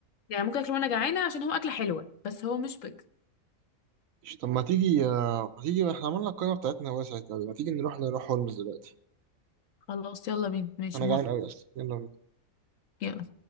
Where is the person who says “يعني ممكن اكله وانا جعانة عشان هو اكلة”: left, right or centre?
Left